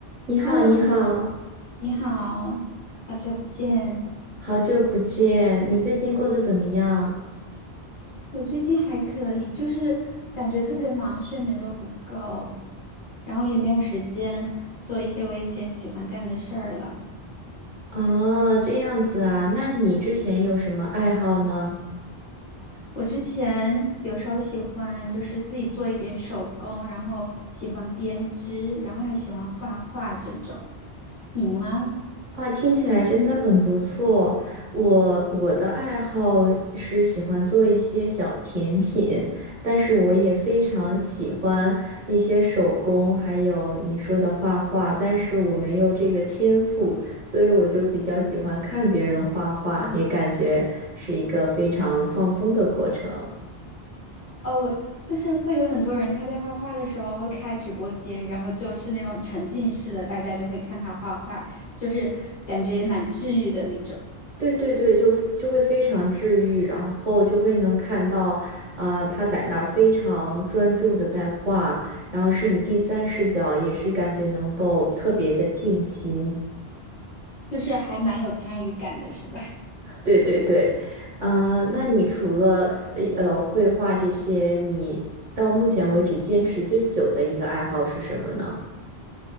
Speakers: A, on the right; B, on the left.
A: 你好，
B: Hello，
A: 你好，
B: 你好，好久不见。
A: 好久不见，你最近过得怎么样？
B: 我最近还可以，就是感觉特别忙，睡眠都不够，然后也没有时间做一些我以前喜欢干的事儿了。
A: 哦，这样子啊，那你之前有什么爱好呢？
B: 我之前有时候喜欢就是自己做一点手工，然后喜欢编织，然后还喜欢画画这种。你呢？
A: 哇，听起来真的很不错。我我的爱好是喜欢做一些小甜品，但是我也非常喜欢一些手工，还有你说的画画，但是我没有这个天赋，所以我就比较喜欢看别人画画，也感觉是一个非常放松的过程。
B: 哦，我就是会有很多人他在画画的时候会开直播间，然后就是那种沉浸式的，大家就会看他画画，就是感觉也蛮治愈的那种，
A: 对对对，就就会非常治愈，然后就会能看到，啊、他在那儿非常专注的在画，然后是以第三视角，也是感觉能够特别的静心。
B: 就是还蛮有参与感的，是吧？
A: 对对对，嗯、那你除了呃呃绘画这些，你到目前为止坚持最久的一个爱好是什么呢？